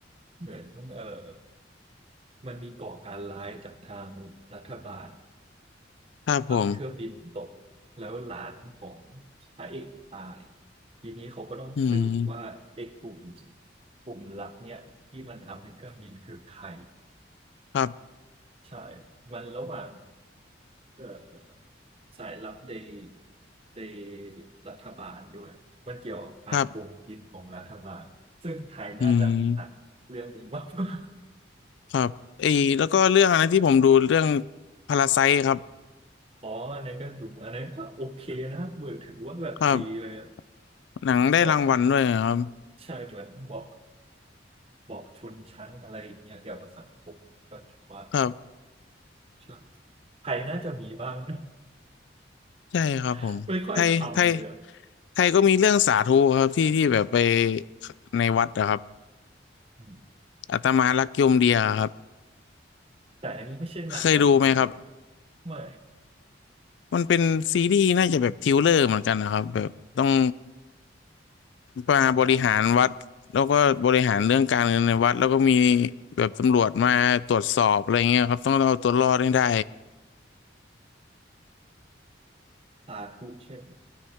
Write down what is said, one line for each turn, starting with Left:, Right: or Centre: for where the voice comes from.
Right: เหมือนเออมันมีก่อการร้ายจากทางรัฐบาล
Left: ครับผม
Right: ทำให้เครื่องบินตกแล้วหลานของพระเอกตายทีนี้เขาก็ต้องสืบว่าเอกกลุ่ม
Left: อืม
Right: กลุ่มลับเนี่ยที่มันทำให้เครื่องบินคือใคร
Left: ครับ
Right: ใช่มันระหว่าง เอ่อสายลับในในรัฐบาลด้วยมันเกี่ยวกับการโกงกินของรัฐบาลซึ่งไทยน่าจะมีหนังเรื่องนี้มาก
Left: ครับอืม
Right: <laughs>
Left: ครับไอ้แล้วก็เรื่องอะไรที่ผมดูเรื่องพาราไซครับ
Right: อ๋ออันนั้นก็ดูอันนั้นก็โอเคนะเหมือนถือว่าแบบดีเลยอะ
Left: ครับ หนังได้รางวัลด้วยครับ
Right: บอกถึงใช่เหมือนบอกบอกชนชั้นอะไรอย่างเงี้ยเกี่ยวกับสังคมปัจจุบาน
Left: ครับ
Right: ใช่ไทยน่าจะมีบ้าง
Left: ใช่ครับผมไทยไทย
Right: <laughs> ไม่ค่อยทำเลยอะ
Left: ไทยก็มีเรื่องสาธุครับที่ที่แบบไปในวัดนะครับ
Right: อืม
Left: อาตมารักโยมเดียครับ
Right: แต่อันนี้ไม่ใช่หนังตลกใช่ไหม
Left: เคยดูไหมครับ
Right: ไม่
Left: มันเป็นซีรีส์น่าจะแบบทริลเลอร์เหมือนกันนะครับแบบต้อง มาบริหารวัดแล้วก็บริหารเรื่องการเงินในวัดแล้วก็มี
Right: ใช่
Left: แบบตำรวจมาตรวจสอบอะไรเงี้ยครับต้องเอาตัวรอดให้ได้
Right: สาธุเช่น